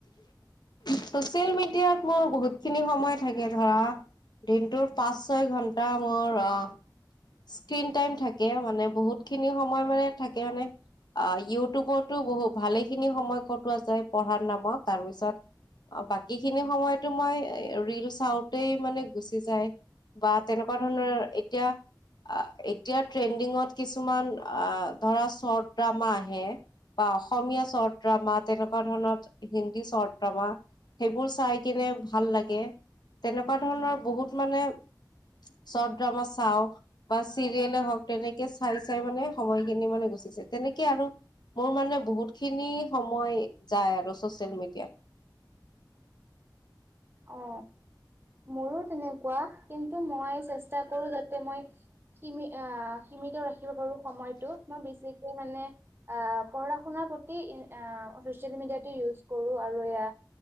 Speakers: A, on the left; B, on the right.
A: চচিয়েল মিডিয়াত মোৰ বহুতখিনি সময় থাকে ধৰা দিনটোৰ পাঁচ, ছয় ঘণ্টা মোৰ আ স্ক্ৰীন টাইম থাকে মানে বহুতখিনি সময় মানে থাকে মানে আ ইউটিউবতো বহুত ভালেখিনি সময় কটোৱা যায় পঢ়াৰ নামত তাৰপিছত অ বাকীখিনি সময়তো মই এ ৰিল চাওতেই মানে গুচি যায় বা তেনেকুৱা ধৰণৰ এতিয়া আ এতিয়া ট্ৰেণ্ডিঙত কিছুমান আ ধৰা চৰ্ট ড্ৰামা আহে বা অসমীয়া চৰ্ট ড্ৰামা তেনেকুৱা ধৰণৰ হিন্দী চৰ্ট ড্ৰামা সেইবোৰ চাই কিনে ভাল লাগে তেনেকুৱা ধৰণৰ বহুত মানে চৰ্ট ড্ৰামা চাও বা চিৰিয়েলে হওক তেনেকে চাই চাই মানে সময়খিনি মানে গুছি যায় তেনেকে আৰু মোৰ মানে বহুতখিনি সময় যায় আৰু ছচিয়েল মিডিয়াত।
B: অ মোৰো তেনে কুৱা কিন্তু মই চেষ্টা কৰো যাতে মই সিমি আ সীমিত ৰাখ খিব পাৰোঁ সময়টো, মই বেছিকৈ মানে আহ পঢ়া - শুনাৰ প্ৰতি ই আ ছচিয়েল মিডিয়াটো ইউজ কৰো আৰু এয়া